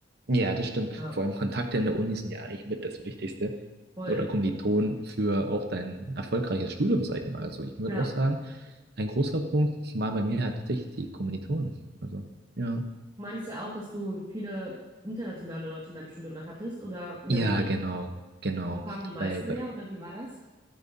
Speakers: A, on the right (about 60°); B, on the right (about 25°).
A: Ja, das stimmt.
B: Ja,
A: Vor allem Kontakte in der Uni sind ja eigentlich mit das Wichtigste.
B: voll.
A: Oder Kommilitonen für auch dein erfolgreiches Studium, sag ich mal. Also ich würde
B: Ja.
A: auch sagen, ein großer Punkt war bei mir halt tatsächlich die Kommilitonen. Also, ja.
B: Du meintest ja auch, dass du viele internationale Leute in deinem Studium dann hattest oder in
A: Ja,
B: der Uni.
A: genau, genau.
B: Kamen die meisten
A: Weil, bei-
B: her oder wie war das?